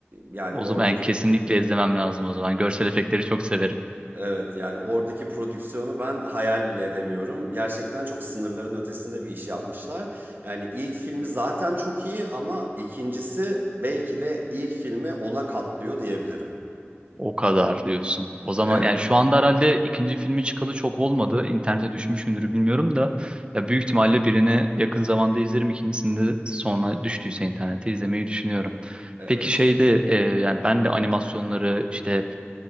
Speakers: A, on the right (about 50°); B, on the right (about 25°).
A: yani
B: O
A: oradaki
B: zaman yani kesinlikle izlemem lazım o zaman. Görsel efektleri çok severim.
A: Evet yani oradaki prodüksiyonu ben hayal bile edemiyorum. Gerçekten çok sınırların ötesinde bir iş yapmışlar. Yani ilk filmi zaten çok iyi ama ikincisi belki de ilk filmi ona katlıyor diyebilirim.
B: O kadar diyorsun. O zaman
A: Evet,
B: yani şu anda herhalde ikinci filmi çıkalı çok olmadı. İnternete düşmüş müdür bilmiyorum da ya büyük ihtimalle birini yakın zamanda izlerim. İkincisini de sonra düştüyse internete izlemeyi düşünüyorum.
A: evet.
B: Peki şeyde e, yani ben de animasyonları işte